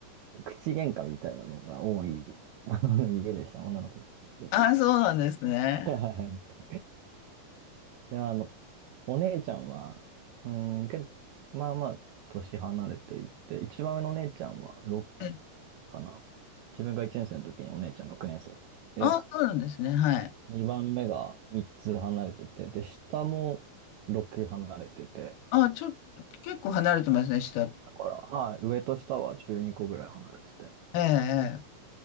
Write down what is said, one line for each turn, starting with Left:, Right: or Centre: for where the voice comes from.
Right: 口喧嘩みたいなのが多い、あの、家でした、女の子で。
Left: あ、そうなんですね。
Right: はいで、あの、お姉ちゃんは、うーん、けど、まあまあ、年離れていて、一番上のお姉ちゃんは6
Left: え
Right: かな。自分が1年生の時にお姉ちゃん6年生。で、
Left: あ、そうなんですね。はい。
Right: 2番目が3つ離れてて、で、下も6離れてて、
Left: あ、ちょっと、結構離れてますね、下。え
Right: だから、はい、上と下は12個ぐらい離れてて。
Left: え、ええ。